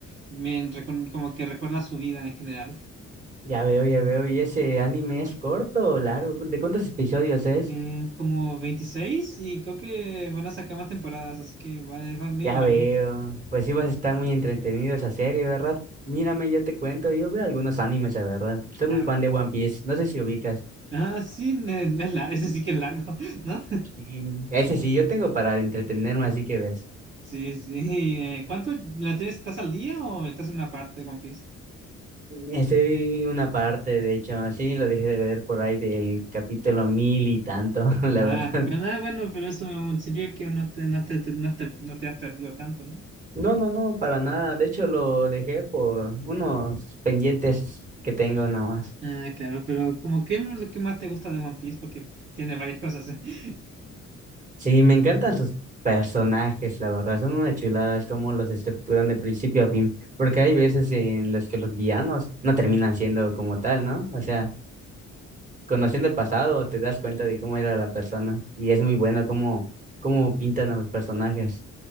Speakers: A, on the right; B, on the right.
A: me, recon- como que recuerda su vida en general.
B: ya veo, ya veo. ¿Y ese anime es corto o largo? ¿De cuántos episodios es?
A: Eh, como 26 y creo que van a sacar más temporadas, así que va, va medio
B: Ya
A: largo.
B: veo. Pues sí vas a estar muy entretenido esa serie, ¿verdad? Mírame, yo te cuento, yo veo algunos animes, la verdad. Soy muy
A: Ah,
B: fan de One Piece, no sé si ubicas.
A: ah, sí, no es- no es lar- <laughs> ese sí que es largo, <laughs> ¿no?
B: Sí. Ese sí, yo tengo para entretenerme, así que ves.
A: Sí, sí. eh, ¿cuánto la tienes? ¿Estás al día o estás en una parte de One Piece?
B: Estoy una parte, de hecho, sí, lo dejé de ver por ahí del capítulo mil y tanto, <laughs> la
A: Ah,
B: verdad.
A: pero nada, bueno, pero eso sirvió que no te, no te, te- no te, no te has perdido tanto, ¿no?
B: No, no, no, para nada. De hecho, lo dejé por unos pendientes que tengo nada más.
A: Ah, claro, pero como qué es lo que más te gusta de One Piece, porque tiene varias cosas, ¿eh? <laughs>
B: Sí, me encantan sus personajes, la verdad. Son una chulada, es como los estructuran de principio a fin. Porque hay veces en las que los villanos no terminan siendo como tal, ¿no? O sea, conociendo
A: Claro.
B: el pasado, te das cuenta de cómo era la persona. Y es muy bueno cómo, cómo pintan a los personajes.